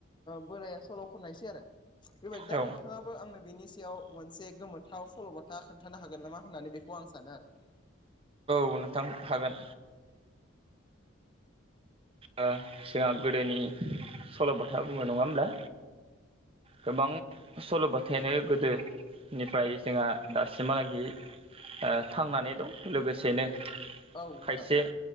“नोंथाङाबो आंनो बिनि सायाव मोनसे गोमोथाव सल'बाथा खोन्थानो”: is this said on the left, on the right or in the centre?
Left